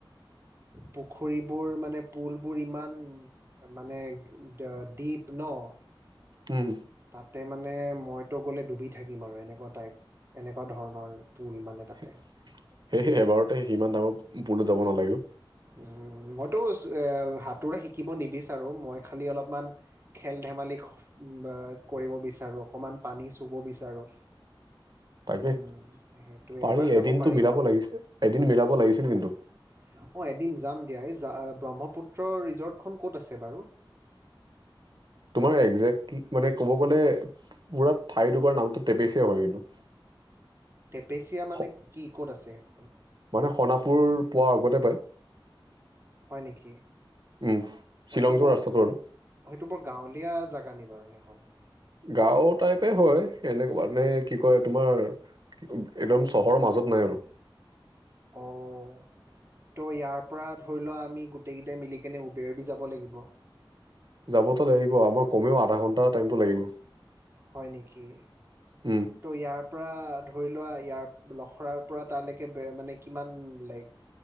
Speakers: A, on the right (about 30°); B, on the right (about 55°).
A: পুখুৰীবোৰ মানে পুলবোৰ ইমান মানে ডীপ ন। অ।
B: উম।
A: তাতে মানে মইতো গ'লে ডুবি থাকিম আৰু এনেকুৱা টাইপ এনেকুৱা ধৰণৰ। পুল মানে তাতে
B: সেই এবাৰতে সিমান ডাঙৰ বুলত যাব নালাগে।
A: উম। মইতো এ সাতোৰ শিকিব নিবিচাৰো মই খালি অলপমান খেল ধেমালি বা কৰিব বিচাৰো অকমান পানী চুব বিচাৰো?
B: তাকে
A: উম সেইটোয়ে
B: পাৰি
A: এবাৰ যাব
B: এদিনতো
A: পাৰি
B: মিলাব
A: ন?
B: লাগিছে এদিন মিলাব লাগিছিল
A: উম।
B: কিন্তু
A: অ এদিন। যাম দা ব্ৰহ্মপুত্ৰ ৰিজৰ্টখন ক'ত আছে বাৰু।
B: তোমাৰ একজেক্টলি মানে ক'ব গ'লে মুৰা ঠাই টোকোৰা নামটো টেপেচ হয় কিন্তু।
A: টেপেচিয়া মানে
B: স-
A: কি ক'ত আছে সেইখন?
B: মানে সণাপুৰ পোৱাৰ আগতে পায়।
A: হয় নেকি
B: উম
A: সেইটো
B: শ্বিলং যোৱা
A: বৰ
B: ৰাস্তাটো
A: সেইটো
B: আৰু
A: বৰ গাঁৱলীয়া জোগা নেকি? বাৰু সেইখন।
B: গাঁও টাইপে হয় এনেক মানে কি কয় তোমাৰ। একদম চহৰৰ মাজত নাই আৰু।
A: অহঁ। ত' ইয়াৰ পৰা ধৰি লোৱা আমি গোটেইকেইটাই মিলিকেনে উবেৰ দি যাব লাগিব?
B: যাবতো লাগিব আমাৰ কমেও
A: উম
B: আধা ঘ টাইমটো লাগিব।
A: হয় নেকি? ত'
B: উম
A: ইয়াৰ পৰা ধৰি লোৱা ইয়াৰ লখৰাৰ পৰা তালৈকে মানে কিমান লাইক